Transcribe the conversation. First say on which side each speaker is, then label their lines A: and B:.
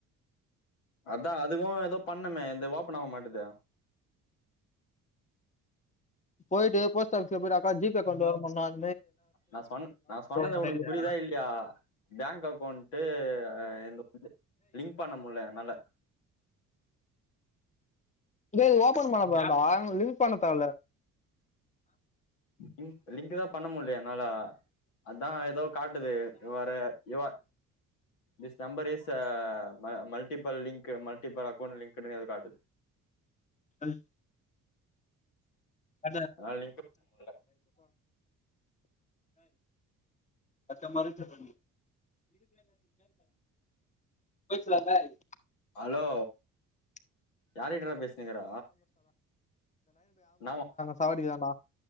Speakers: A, on the left (about 85°); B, on the left (about 15°).
A: அதா அதுக்கு ஏதோ பண்ணமே என்து ஓப்பன் ஆக மாட்டேது
B: போயிட்டு போஸ்ட் ஆஃபீஸ் ல போய்ட்டு அக்கா ஜி பே அக்கவ்ண்டு ஓபன் பண்ணனு
A: நா சொன் நா சொன்னது
B: பண்ண
A: உனக்கு புரியுதா இல்யா பேங்க் அக்கௌண்ட்டு என்து இது லிங்க் பண்ண முடில என்னால
B: ம்பி இது ஓபன் பண்ணதான்டா லிங்க் பண்ண தேவ இல்ல
A: லிங் லிங்க் தா பண்ண முடிலயே என்னால அன் தா ஏதோ காட்டுது you are a you are this number is ம மல்ட்டிபள் லிங்க் மல்ட்டிபள் அக்கௌண்ட் லிங்க்குனு காட்டுது
B: அல் <unintelligible>
A: அதனால லிங்க் பண்ண முடியல.
B: அத்த மருச்ச <unintelligible> பொய் சொல்லாத எங்க
A: ஹலோ
B: <unintelligible>
A: யாருகிட்டடா பேசினுக்குற நாமா
B: சாவடிக்றான்டா